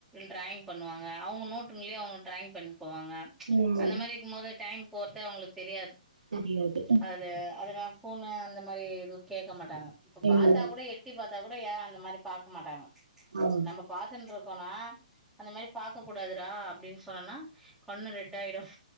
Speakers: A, in the centre; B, on the right (about 85°).
A: டிராயிங் பண்ணுவாங்கஅவுங்க நோட்டுங்களே அவுங்க டிராயிங் ப போவாங்க
B: ம்
A: அந்த மாரி இருக்கும் போது டைம் போறத்தே அவங்களுக்கு தெரியாது
B: தெரியாது
A: அதுல அதுன போனு அந்த மாரி எதுவும் கேட்க மாட்டாங்க இப்ப பாத்தா
B: ம்
A: கூட எட்டி பாத்த குடுத்தா கூட ஏன் அந்த மாரி பாக்க மாட்டாங்க
B: ஆ
A: நம்ம பாத்துன்றோ போனா அந்த மாரி பாக்க கூடாதுரா அப்டின்னு சொன்னனா கண்ணு ரெட் ஆயிடும்